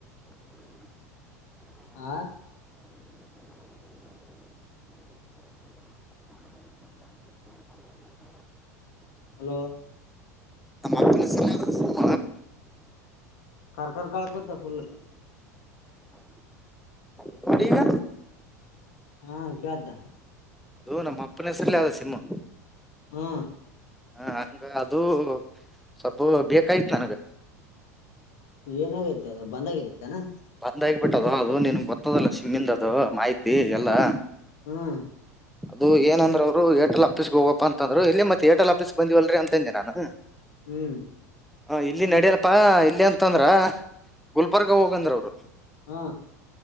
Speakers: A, on the left; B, in the centre.
A: ಆ ಹಲೋ
B: ನಮ್ಮ ಅಪ್ಪನ ಹೆಸರಲ್ಲಿ ಯಾವ್ದೋ ಸಿಮ್
A: ಕರ್ಕರ್ಗಳಕ್ಕದ ಫುಲ್
B: ನೋಡಿ ಈಗ
A: ಹಾ ಕೇಳ್ದ
B: ಅದು ನಮ್ಮ ಅಪ್ಪನ ಹೆಸರಿಲಿ ಅ ಸಿಮ್ಮು
A: ಹ್ಮ
B: ಹ ಹಂಗ ಅದು ಸ್ವಲ್ಪ ಬೇಕಾಯತ್ ನನಗ
A: ಏನಾಗೈತಿ ಅದ ಬಂದಾಗೈತನಾ
B: ಬಂದ್ ಆಗ್ಬಿಟ್ಟದು ಅೌದು ನಿಮಗ್ ಗೊತ್ತದಲ್ಲ ಸಿಮ್ಮಿಂದದು ಮಾಹಿತಿ ಎಲ್ಲಾ
A: ಹ್ಮ್
B: ಅದು ಏನಂದ್ರ ಅವರು ಏಟಲ್ ಆೀಸ್ ಹೋಗಪ್ಪ ಅಂದರು ಇಲ್ಲಿತ್ತ ಏಟಲ್ ಆಫೀಸ್ ಬಂದಿಲ್ರಿ ಅಂತಂದೆ ನಾನು
A: ಹ್ಮ್
B: ಹ ಇಲ್ಲಿ ನಡ್ಯಲ್ಪಾ ಇಲ್ಲಿ ಅಂತಂದ್ರ ಗುಲ್ಬರ್ಗ ಹೋಗಂದ್ರ ಅವರು
A: ಹಾ